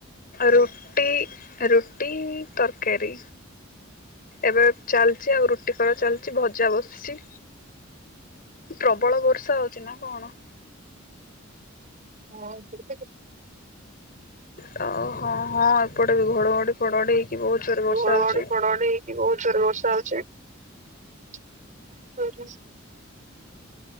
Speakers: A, on the left; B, on the right.
A: ରୁଟି ରୁଟି, ତରକାରୀ। ଏବେ ଚାଲିଛି ଆଉ ରୁଟି ଚାଲିଛି ଭଜା ବସିଛି। ପ୍ରବଳ ବର୍ଷା ହଉଛି ନା କଣ?
B: ହଁ ଏ ପଟେ
A: ଓ ହଁ ହଁ ଏପଟେ ବି ଘଡଘଡି ଫଡଘଡି ହେଇକି ବହୁତ ଜୋରେ ବର୍ଷା
B: ଘଡଘଡି
A: ହଉଛି।
B: ଫଡଫଡି ହେଇକି ବହୁତ ଜୋର ବର୍ଷା ହଉଛି। <inaudible>